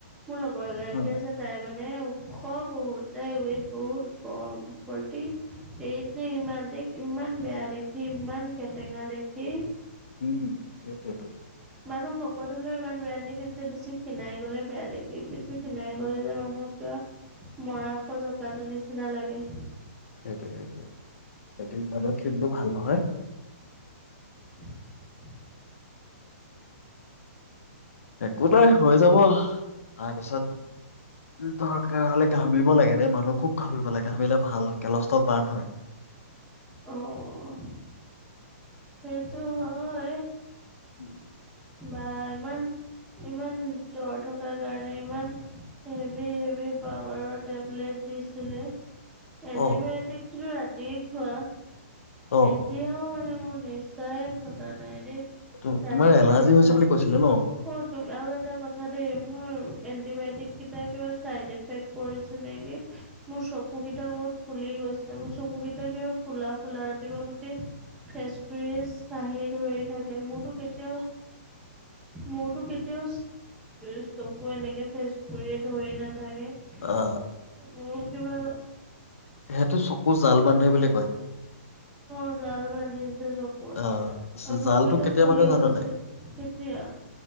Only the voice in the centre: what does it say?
মোৰ লগৰ এগৰাকী
আছে তাই মানে খোৱা বহুত তাই ৱেট বহুত কম ফৰ্টি এইট নে কিমান তাইক ইমান বেয়া দেখি ইমান কেটেঙা দেখি,
মানুহ শকত হ'লেও ইমান বেয়া নেদেখি যে বেছি খিনাই গ'লে বেয়া দেখি খিনাই গ'লে যে মানুহক কিবা মৰা স জকাটো নিচিনা লাগে ।
<inaudible>
অ হ সেইটো হয়।
বা ইমান ইমান জ্বৰ থকাৰ কাৰণে ইমান হেভি হেভি পাৱাৰৰ টেবলেট দিছিলে।
এণ্টিবায়টিক লোৱাত খোৱা
এতিয়াও মানে মোৰ নিচাই ফতা নাই দেই
দে
নিচা
তোৰ
অ ত আৰু এটা কথা দেই মোৰ এণ্টিবায়টিক কেইটা কিবা চাইড এফেক্ট কৰিছে নেকে মোৰ চকু কেইটা বহুত ফুলি গৈছে মোৰ চকু কেইটা কিবা ফুলা ফুলা ৰাতিপুৱা গুটেই ফেচকুৰীয়ে চাহি ধৰি থাকে মোৰতো কেতিয়াও মোৰতো কেতিয়াও চকু এনেকে ফেচ কৰিয়ে ধৰি নাথাকে থাকে
মোৰ কিবা
অ জাল বান্ধিছে চকুত
আৰু চকু
কেইটা
ফুলি
গৈছে
কেতিয়া?